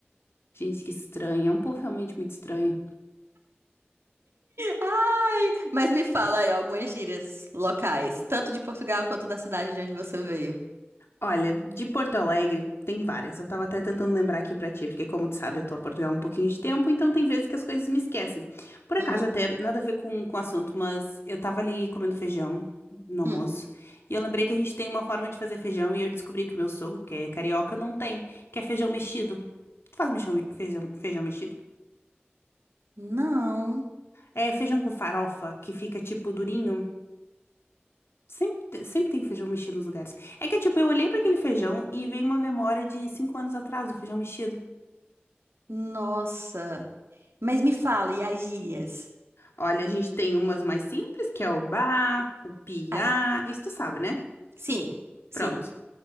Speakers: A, on the left; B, on the right.
A: Gente, que estranho. É um povo realmente muito estranho.
B: Ai, mas me fala aí algumas gírias locais, tanto de Portugal quanto da cidade de onde você veio.
A: Olha, de Porto Alegre tem várias. Eu tava até tentando lembrar aqui pra ti, porque como tu sabe, eu tô a Portugal há um pouquinho de tempo, então tem vezes que as coisas me esquecem. Por acaso
B: Uhum.
A: até nada a ver com com o assunto, mas eu tava ali comendo feijão no almoço,
B: Hum.
A: e eu lembrei que a gente tem uma forma de fazer feijão e eu descobri que o meu sogro, que é carioca, não tem, que é feijão mexido. Tu faz mexão- feijão, feijão mexido?
B: Não.
A: É feijão com farofa que fica tipo durinho. Sempre, te- sempre tem feijão mexido nos lugares. É que, tipo, eu olhei pra aquele feijão e veio uma memória de cinco anos atrás do feijão mexido.
B: Nossa. Mas me fala, e as gírias?
A: Olha, a gente tem umas mais simples, que é o ba, o piá,
B: Ah, é.
A: isso tu sabe, né?
B: sim, sim.
A: Pronto.